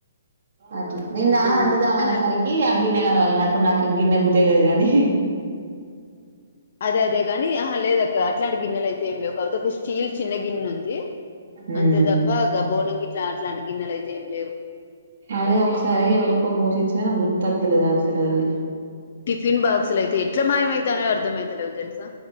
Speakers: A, on the right; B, on the left.
A: అట్లా నిన్నా
B: ఆ
A: అందుధంఅన్నసరికి
B: ఆహా,
A: అ గిన్నెగాని వాళ్ళు నాకున్ నాకు గిన్నె గుర్తేలేదు గానీ
B: అదే అదే గాని ఆహ లేదక్క అట్లాంటి గిన్నెలయితే ఏం లేవు కవతపుష్ స్టీల్ చిన్నె గిన్ ఉంది.
A: ఉమ్.
B: అంతే తప్పా గా బోనం గిట్లా అట్లాంటి గిన్నెలయిత్ తేం లేవు
A: అదే ఒకసారి ఎవరికో పోసిచ్చిన నా గుర్తత్ తలేదు అసల్ అది
B: ఫిన్ బాక్సులైతే ఎట్ల మాయమైతనయో అర్థమైతలేవు తెలుసా.